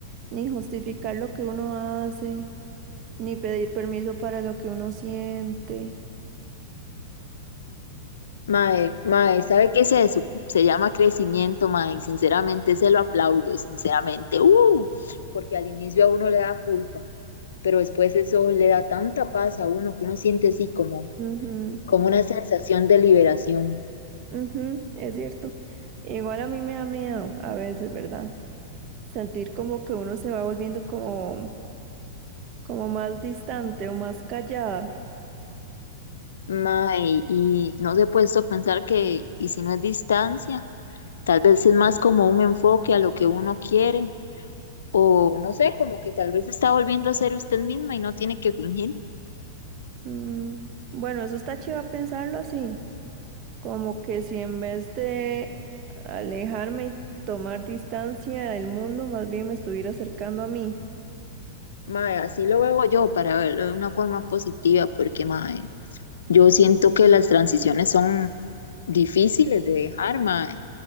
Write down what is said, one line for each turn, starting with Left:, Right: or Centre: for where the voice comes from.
Right: Ni justificar lo que uno hace, ni pedir permiso para lo que uno siente.
Left: Mae, mae, ¿sabe qué es eso? Se llama crecimiento, mae, y sinceramente se lo aplaudo, sinceramente, uh, porque al inicio a uno le da culpa, pero después eso le da tanta paz a uno que uno siente así como,
Right: Ujú,
Left: como una sensación de liberación.
Right: ujú, es cierto. Igual a mí me da miedo a veces, ¿verdad? Sentir como que uno se va volviendo como, como más distante o más callada.
Left: Mae, y no se ha puesto a pensar que, y si no es distancia, tal vez es más como un enfoque a lo que uno quiere, o no sé, como que tal vez está volviendo a ser usted misma y no tiene que fingir.
Right: Mm, bueno, eso está chido pensarlo así, como que si en vez de alejarme y tomar distancia del mundo, más bien me estuviera acercando a mí.
Left: Mae, así lo veo yo para verlo de una forma positiva, porque mae, yo siento que las transiciones son difíciles de dejar, mae,